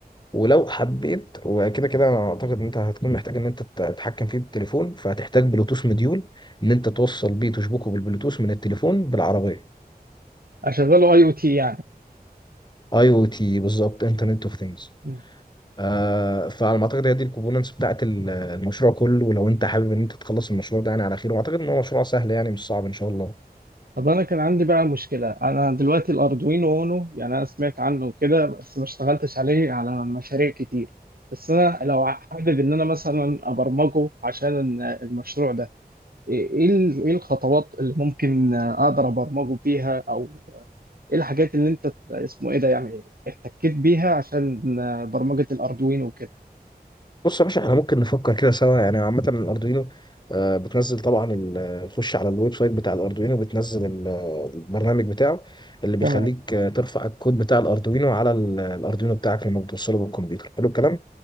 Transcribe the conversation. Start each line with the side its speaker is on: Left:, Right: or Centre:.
Left: ولو حبيت وكده كده انا اعتقد ان انت هتكون محتاج ان انت تت- تتحكم فيه بالتليفون فهتحتاج بلوتوث مديول ان انت توصل بيه تشبكه بالبلوتوث من التليفون بالعربيه
Right: اشغله اي او تي يعني
Left: اي او تي بالظبط انترنت اوف ثينجز
Right: مم.
Left: آه فعلى ما اعتقد هي دي الكومبوننتس بتاعت ال- المشروع كله ولو انت حابب ان انت تخلص المشروع ده يعني على خير واعتقد ان هو مشروع سهل يعني مش صعب ان شاء الله
Right: طب انا كان عندي بقى مشكله انا دلوقتي الاردوينو اونو يعني انا سمعت عنه كده بس ما اشتغلتش عليه على مشاريع كتير بس انا لو حابب ان انا مثلا ابرمجه عشان المشروع ده ايه إيه ال- إيه الخطوات اللي ممكن اقدر ابرمجه فيها او ايه الحاجات اللي انت اسمه ايه ده يعني احتكيت بيها عشان برمجه الاردوينو وكده
Left: بص يا باشا احنا ممكن نفكر كده سوا يعني عامة الأردوينو آه، بتنزل طبعا ال- آه، تخش على الويب سايت بتاع الأردوينو بتنزل ال- آه، البرنامج بتاعه اللي بيخليك
Right: تمام
Left: آه، ترفع الكود بتاع الأردوينو على ال- آه، الأردوينو بتاعك لما بتوصله بالكمبيوتر حلو الكلام